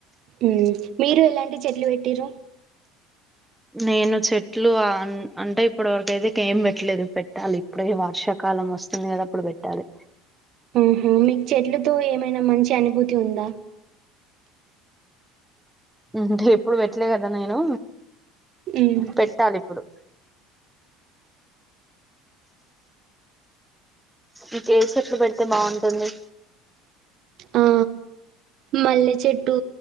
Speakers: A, on the right (about 45°); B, in the centre.
A: మ్మ్ మీరు ఎలాంటి చెట్లు పెట్టిర్రు
B: నేను చెట్లు అంటే ఇప్పడి వరకైతే ఏం పెట్టలేదు పెట్టాలి, ఇప్పుడే వర్షాకాలం వస్తుంది గదా అప్పుడు బెట్టాలి‌.
A: ఊహు మీకు చెట్లు తో ఏమైనా మంచి అనుభూతి ఉందా
B: ఊహు ఎప్పుడు పెట్టలే కద నేను
A: హ్మ్.
B: పెట్టాలిప్పుడు మీకేచెట్లు బెడితే బాగుంటుంది
A: ఆ మల్లె చెట్టు